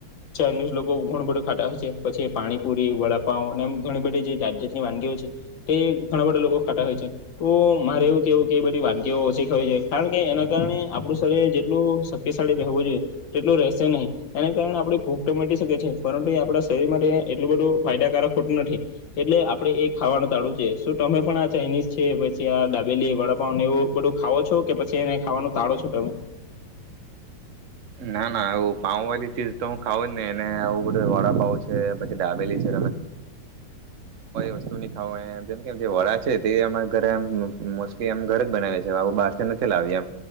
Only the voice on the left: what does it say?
ચાઇનીઝ લોકો ઘણું બધું ખાટા હોય છે પછી પાણીપુરી વડાપાાવ એમ ઘણી બધી જે જાત જાતની વાગીઓ છે તે ઘણા બધા લોકો ખાતાા હોય છે તો મારે એવું કેવું કે એ બધી વાનગીઓ ઓછી ખવી જોઈ કારણ કે એના કારણે આપણું શરીર જેટલું શક્તિશાળી રહેવું જોઈએ તેટલું રહેશે નહીં એના કારણે આપણે ભૂખ તો મટી શકે છે પરંતુ એ આપણા શરીર માટે એટલું બધું ફાયદાકારક હોતું નથી એટલે આપડે એ ખાવાનું તાળું જો શું તમે પણ આ ચાઇનીઝ છે પછી આ ડાબેલી વડાપાવન એવું બધું ખાવો છો કે પછી એને ખાવાનું તાળો છો તમે